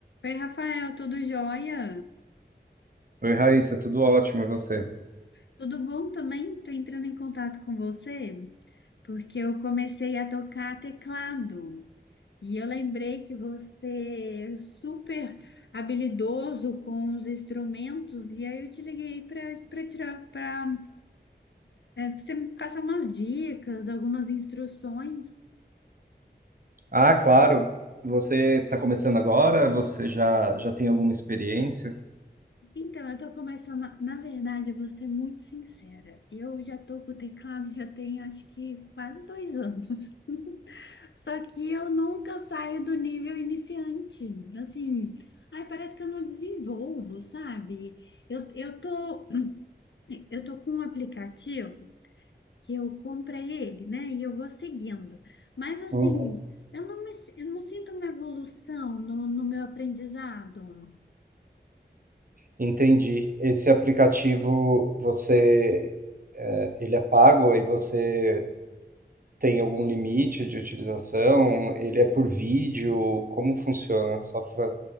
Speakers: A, on the left; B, on the right.
A: Oi, Rafael, tudo jóia?
B: Oi, Raíssa, tudo ótimo, e você?
A: Tudo bom também? Tô entrando em contato com você porque eu comecei a tocar teclado e eu lembrei que você é super habilidoso com os instrumentos e aí eu te liguei para para tirar para você me passar umas dicas, algumas instruções.
B: Ah, claro, você está começando agora, você já, já tem alguma experiência?
A: Então, eu tô começando, na na verdade, eu vou ser muito sincera. Eu já tô com o teclado já tem acho que quase dois anos. Só que eu nunca saio do nível iniciante. Assim, ai, parece que eu não desenvolvo, sabe? Eu, eu tô, <clears throat> eu tô com um aplicativo que eu comprei ele, né? E eu vou seguindo. Mas assim,
B: Uhum,
A: eu não me, eu não sinto uma evolução no, no meu aprendizado.
B: entendi. Esse aplicativo, você, é, ele é pago, aí você Tem algum limite de utilização? Ele é por vídeo? Como funciona? Só para